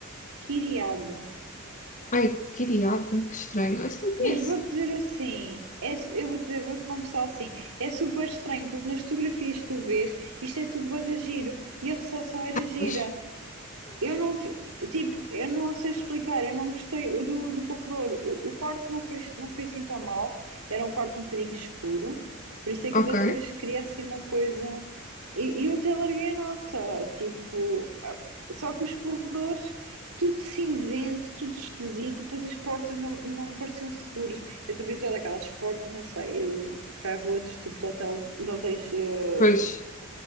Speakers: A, on the right (about 85°); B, on the left (about 35°).
A: Kyriade.
B: Ai, quiriada, que estranho. Isso não conheço.
A: Mas vou dizer assim, é su- eu vou dizer, vou-te confessar assim, é super estranho, porque nas fotografias que tu vês, isto é tudo bué de giro, e a recepção era gira.
B: Pois.
A: Eu não, fi- tipo, eu não sei explicar, eu não gostei do, do corredor. O, o quarto não foi, não foi assim tão mal, era um quarto um bocadinho escuro, por isso é que
B: Ok,
A: eu desta vez queria assim uma coisa. E, e eu até larguei a nota, tipo, ah, só que os corredores, tudo cinzento, tudo esquisito, e depois as portas não, não me pareciam seguras. Eu também todas aquelas portas, não sei, eu cá vou outro tipo de hotel, de hotéis, eh,
B: pois.